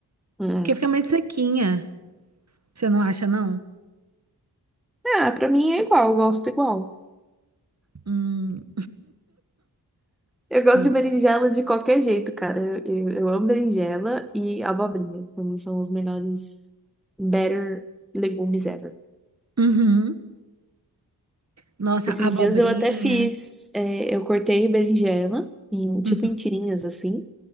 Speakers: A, in the centre; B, on the right.
A: hum.
B: Porque fica mais sequinha. Você não acha, não?
A: Ah, pra mim é igual, eu gosto igual.
B: Hum,
A: Eu gosto
B: não
A: de berinjela
B: sei.
A: de qualquer jeito, cara. Eu, eu, eu amo berinjela e abobrinha. Pra mim são os melhores, better legumes ever.
B: Uhum. Nossa,
A: Esses
B: abobrinha.
A: dias eu até fiz, é, eu cortei berinjela, em, tipo
B: Uhum.
A: em tirinhas assim.